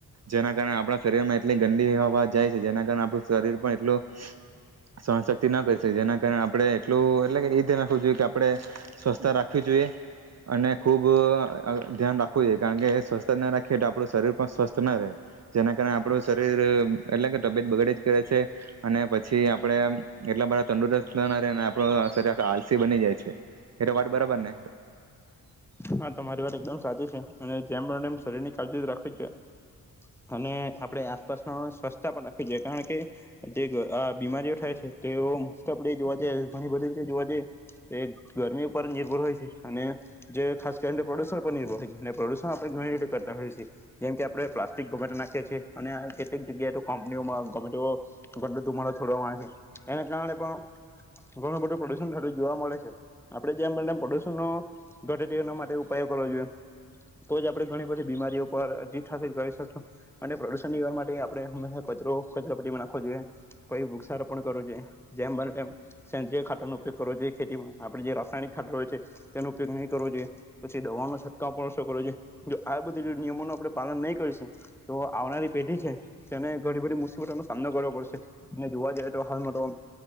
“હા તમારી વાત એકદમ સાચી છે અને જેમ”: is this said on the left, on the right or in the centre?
Centre